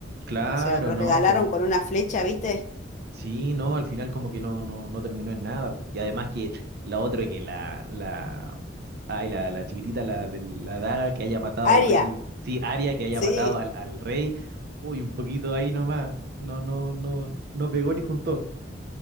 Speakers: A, on the right (about 55°); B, on the left (about 40°).
A: claro,
B: o sea, lo
A: ¿no?
B: regalaron
A: Como
B: con una flecha, ¿viste?
A: Sí, no, al final como que no, no, no terminó en nada. po. Y además que la otra que la, la, ay, la, la chiquitita, la de la daga que haya matado al
B: Aria,
A: rey, sí, Aria que haya
B: sí,
A: matado al, al rey, uy, un poquito ahí nomás, no, no, no, no pegó ni juntó.